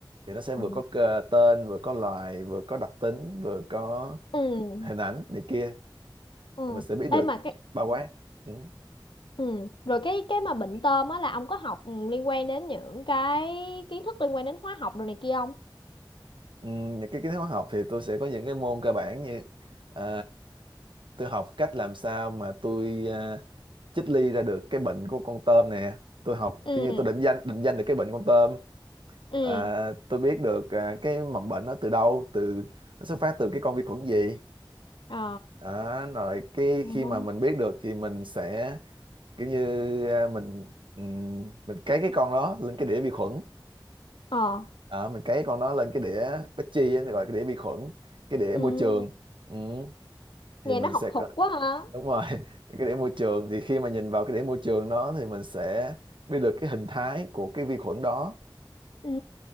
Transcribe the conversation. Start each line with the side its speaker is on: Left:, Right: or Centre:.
Right: thì nó sẽ
Left: Ờ.
Right: vừa có cơ- tên vừa có loài vừa có đặc tính vừa có
Left: ừ
Right: hình ảnh này kia
Left: ừ
Right: thì mình sẽ biết
Left: Ê
Right: được
Left: mà cái
Right: bao quát ừ.
Left: ừ rồi cái cái mà bệnh tôm á là ông có học ừ, liên quan đến những cái kiến thức liên quan đến hóa học đồ này kia không
Right: Ừ, những cái kiến thức hóa học thì tôi sẽ có những cái môn cơ bản như à, tôi học cách làm sao mà tôi à, chích ly ra được cái bệnh của con tôm nè tôi học
Left: ừ
Right: kiểu như tôi định danh định danh được cái bệnh con tôm
Left: ừ
Right: À, tôi biết được à, cái mầm bệnh nó từ đâu, từ nó xuất phát từ cái con vi khuẩn gì.
Left: ờ
Right: Đó, rồi cái
Left: Ờ.
Right: khi mà mình biết được thì mình sẽ kiểu như à, mình ừm, mình cấy cái con đó lên cái đĩa vi khuẩn.
Left: ờ
Right: Đó, mình cấy con đó lên cái đĩa Petri á, gọi là cái đĩa vi khuẩn, cái đĩa
Left: ừ
Right: môi trường. Ừ, thì
Left: nghe
Right: mình
Left: nó học
Right: sẽ
Left: thuật
Right: có-
Left: quá hả
Right: đúng rồi, <laughs> thì cái đĩa môi trường thì khi mà nhìn vào cái đĩa môi trường đó thì mình sẽ biết được cái hình thái của cái vi khuẩn đó
Left: ừ